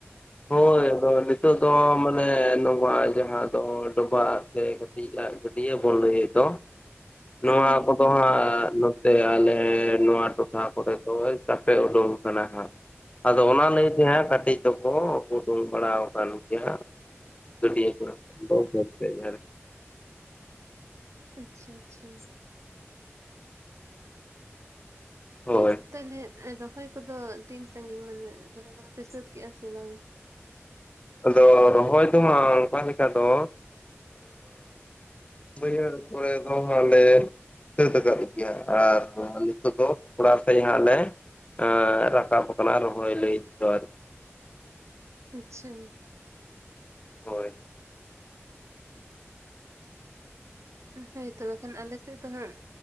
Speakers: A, on the left; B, on the right.
A: ᱦᱳᱭ ᱦᱳ ᱱᱤᱛᱳᱜ ᱫᱚ ᱢᱟᱱᱮ ᱱᱚᱣᱟ ᱡᱟᱦᱟᱸ ᱫᱚ ᱰᱚᱵᱷᱟᱜ ᱥᱮ ᱰᱤ ᱟ ᱜᱟᱹᱰᱤᱭᱟᱹ ᱵᱩᱱ ᱞᱟᱹᱭᱮᱫ ᱫᱚ ᱱᱚᱣᱟ
B: ᱦᱳᱭ
A: ᱠᱚ ᱛᱚ ᱦᱟᱸᱜ ᱱᱚᱛᱮ ᱟᱞᱮ ᱱᱚᱣᱟ ᱴᱚᱴᱷᱟ ᱠᱚᱨᱮ ᱫᱚ ᱪᱟᱯᱮ ᱩᱰᱳᱝ ᱠᱟᱱᱟ ᱦᱟᱸᱜ ᱾ ᱟᱫᱚ ᱚᱱᱟ
B: ᱟᱪᱪᱷᱟ
A: ᱞᱟᱹᱭ ᱛᱮᱦᱟᱸᱜ ᱠᱟᱹᱴᱤᱡ ᱫᱚᱠᱚ ᱳᱰᱳᱝ ᱵᱟᱲᱟᱣ ᱠᱟᱱ ᱜᱮᱭᱟ ᱾ ᱜᱟᱹᱰᱤᱭᱟᱹ ᱠᱚᱨᱮ <unintelligible>
B: ᱟᱪᱪᱷᱟ ᱟᱪᱪᱷᱟ
A: ᱦᱳᱭ
B: ᱛᱟᱦᱞᱮ ᱨᱚᱦᱚᱭ ᱠᱚᱫᱚ ᱛᱤᱱ ᱥᱟᱺᱜᱤᱧ ᱢᱟᱱᱮ ᱨᱚᱦᱚᱭ ᱠᱚᱫᱚ ᱯᱮ ᱥᱟᱹᱛ ᱠᱮᱫᱟᱜᱼᱟ ᱥᱮ ᱵᱟᱝ?
A: ᱟᱫᱚ ᱨᱚᱦᱚᱭ ᱫᱚᱢᱟ ᱚᱝᱠᱟ ᱞᱮᱠᱟ ᱫᱚ ᱵᱟᱹᱭᱦᱟᱹᱲ ᱠᱚᱨᱮ ᱫᱚ ᱦᱟᱸᱜ ᱞᱮ ᱥᱟᱹᱛ ᱟᱠᱟᱫ ᱜᱮᱭᱟ ᱟᱨ ᱱᱤᱛᱚᱜ ᱫᱚ ᱠᱚᱲᱟ ᱥᱮᱡ ᱦᱟᱸᱜ ᱞᱮ ᱼᱼ ᱟ ᱨᱟᱠᱟᱯ ᱠᱟᱱᱟ ᱨᱚᱦᱚᱭ ᱞᱟᱹᱭ ᱛᱮᱫᱚ ᱟᱨᱠᱤ
B: ᱟᱪᱪᱷᱟ
A: ᱦᱳᱭ <inaudible>
B: ᱦᱳᱭᱛᱚ ᱵᱟᱠᱷᱟᱱ ᱟᱞᱮᱥᱮᱜ ᱫᱚ ᱦᱟᱸᱜ